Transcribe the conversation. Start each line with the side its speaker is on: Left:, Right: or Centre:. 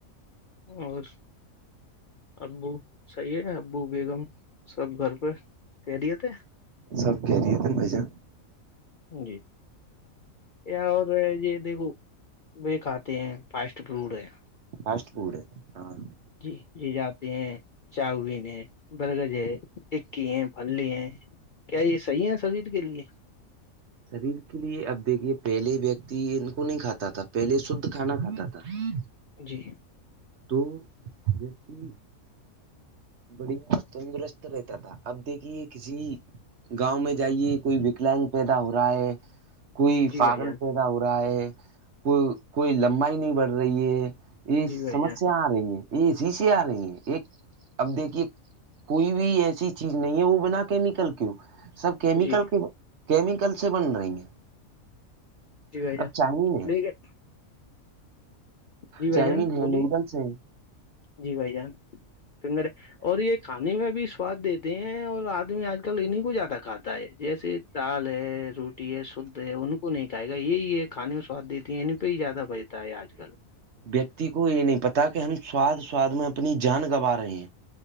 Left: اور ابو صحیح ہے ابو بیگم سب گھر پہ خیریت
Right: سب کہہ رہیے تھے نا بھائی جان
Left: جی یا اور یہ دیکھو ب کھاتے ہیں فاسٹ فوڈ ہے
Right: فاسٹ فوڈ ہاں
Left: جی یہ جاتے ہیں چاؤون ہے برگز ہے کی ہے پھلی ہے کیا یہ صحیح ہے سرجید کے لیے
Right: شریر کے لیے اب دیکھیے پہلے ویکتی ان کو نہیں کھاتا تھا پہلے شدھ کھانا کھاتا تھا ا
Left: جی
Right: تو بتی بڑھیا تندرست رہتا تھا اب دیکھیے کسی گاؤں میں جائیے کوئی وکلاگ پیدا ہو رہا ہے کوئی
Left: جی
Right: پاگل
Left: بھائی جان
Right: پیدا ہو رہا ہے کو کوئی لمبائی نہیں بڑھ رہی ہے یہ
Left: جی بھائی
Right: سمسیا
Left: جان
Right: آ رہی ہیں یہ شیشے آ رہی ہیں ایک اب دیکھیے کوئی بھی ایسی چیز نہیں ہے وہ بنا کیمیکل سب کیمیکل
Left: جی
Right: کے کیمیکل سے بن رہی ہیں
Left: جی بھائی
Right: اب
Left: جان
Right: چاؤمین
Left: نہیں
Right: ہے
Left: گ <unintelligible> جی بھائی
Right: چاؤمین
Left: جان بولیے
Right: ہے نوڈلس ہیں
Left: جی بھائی جان فنگر اور یہ کھانے میں بھی سواد دیتے ہیں اور آدمی آج کل انیں کو زیادہ کھاتا ہے جیسے دال ہے روٹی ہے شدھ ہے ان کو نہیں کھے گا یہی یہ کھان میں سواد دیتی ہیں ان پہ ہی زیادہ بچتا ہے آج کل
Right: ویکتی کو یہ نہیں پتا کہ ہم سواد سواد میں اپنی جان گوا رہے ہیں